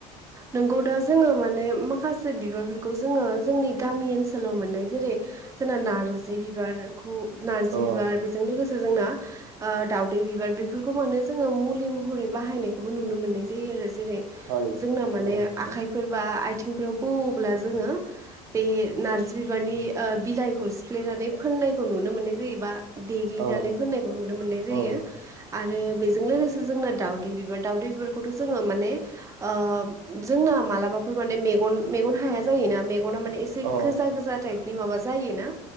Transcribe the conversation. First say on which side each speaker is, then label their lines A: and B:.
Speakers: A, on the right; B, on the right.
A: नोंगौ दा जोङो माने माखासे बिबारफोरखौ जोङो जोंनि गामि ओनसोलाव मोननाय जेरै जोंना नार्जि बिबारखौ नार्जि
B: अ
A: बिबार बेजों लोगोसे जोंना दावदै बिबार बेफोरखौ माने जोङो मुलि महरै बाहायनायखौबो नुनो मोननाय जायो आरो। जेरै
B: हय
A: जोंना माने
B: अ
A: आखाइफोर बा आइ थिंफ्राव बौओब्ला जोङो बे नारजि बिबारनि आ बिलाइखौ सिफ्लेनानै फोन फोननायखो नुनो मोननाय जायो बा देग्लिनानै
B: अ
A: फोननायखौ नुनो मोननाय जायो
B: अ
A: आरो बेजों लोगोसे जोंना दावदै बिबार दावदै बिबारखौथ जोंओ माने ओ जोंना‌ मालाबाफोर माने मे मेगन‌ मेगन‌ हाया जायोना। माने एसे
B: अ
A: गोजा गोजा टाइपनि माबा जायोना